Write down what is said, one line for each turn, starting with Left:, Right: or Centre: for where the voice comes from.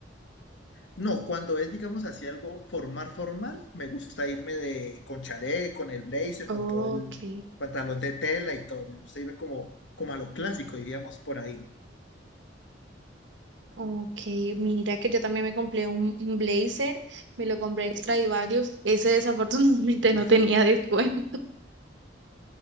Left: No, cuando es, digamos, así algo formal, formal, me gusta irme de, con chalet, con el blazer,
Right: Ok,
Left: con todo el pantalón de tela y todo. Me gusta irme como, como a lo clásico, diríamos por ahí.
Right: ok. Mira que yo también me compré un, un blazer, me lo compré extra y varios. Ese desafortunadamente
Left: Uf,
Right: <laughs> no tenía descuento. <laughs>